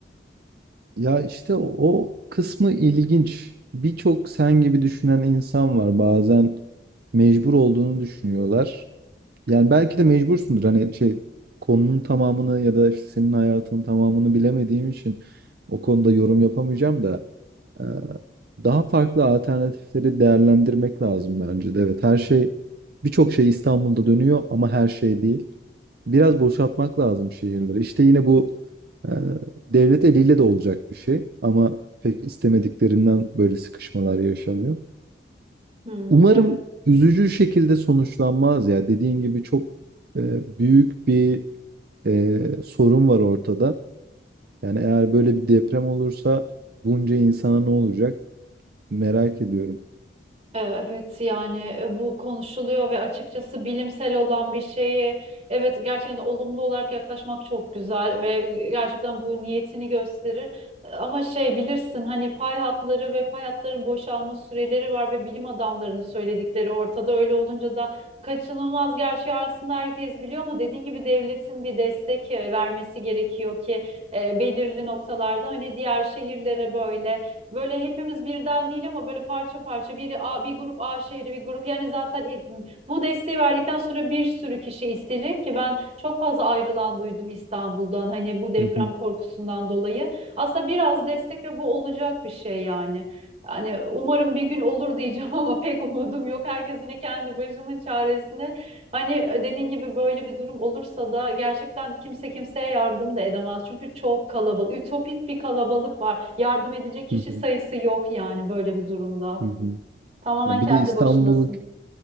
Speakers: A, on the right; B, on the right.
A: Ya işte o, o kısmı ilginç. Birçok sen gibi düşünen insan var. Bazen mecbur olduğunu düşünüyorlar. Yani belki de mecbursundur. Hani şey konunun tamamını ya da işte senin hayatının tamamını bilemediğim için o konuda yorum yapamayacağım da. Ee, Daha farklı alternatifleri değerlendirmek lazım bence de. Evet, her şey birçok şey İstanbul'da dönüyor ama her şey değil. Biraz boşaltmak lazım şehirleri. İşte yine bu e, devlet eliyle de olacak bir şey ama pek istemediklerinden böyle sıkışmalar yaşanıyor.
B: Hmm,
A: Umarım
B: evet.
A: üzücü şekilde sonuçlanmaz ya. Dediğin gibi çok e, büyük bir e, sorun var ortada. Yani eğer böyle bir deprem olursa bunca insana ne olacak merak ediyorum.
B: E, Evet yani e, bu konuşuluyor ve açıkçası bilimsel olan bir şeyi evet gerçekten olumlu olarak yaklaşmak çok güzel ve gerçekten bu niyetini gösterir. E, Ama şey bilirsin hani pay hatları ve pay hatların boşalma süreleri var ve bilim adamlarının söyledikleri ortada öyle olunca da kaçınılmaz gerçeği aslında herkes biliyor ama dediğin gibi devletin bir destek e, vermesi gerekiyor ki e, belirli noktalarda hani diğer şehirlere böyle Böyle hepimiz birden değil ama böyle parça parça biri A, bir grup A şehri bir grup yani zaten e, bu desteği verdikten sonra bir sürü kişi isteyecek ki ben çok fazla ayrılan duydum İstanbul'dan hani bu deprem
A: Hı hı,
B: korkusundan dolayı. Aslında biraz destek ve bu olacak bir şey yani. Yani umarım bir gün olur diyeceğim <laughs> ama pek umudum yok. Herkes yine kendi başının çaresine. Hani e, dediğin gibi böyle bir durum olursa da gerçekten kimse kimseye yardım da edemez. Çünkü çok kalabalık, ütopik bir kalabalık var. Yardım edecek kişi
A: hı hı,
B: sayısı yok yani böyle bir durumda.
A: hı hı.
B: Tamamen
A: Ya
B: kendi
A: bir de İstanbul
B: başınasın.